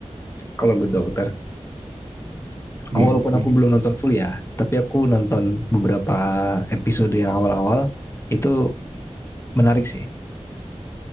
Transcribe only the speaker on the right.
Hmm.
hmm,
hmm.